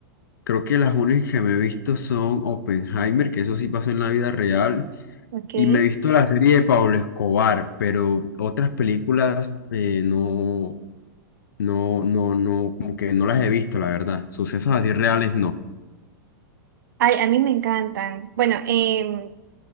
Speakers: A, on the left; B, on the right.
A: creo que las únicas que me he visto son Oppenheimer, que eso sí pasó en la vida real,
B: Ok.
A: y
B: Ay,
A: me he visto la serie de Pablo Escobar, pero otras películas eh, no, no, no, no, como que no las he visto, la verdad. Sucesos así reales, no.
B: a mí me encantan. Bueno, em,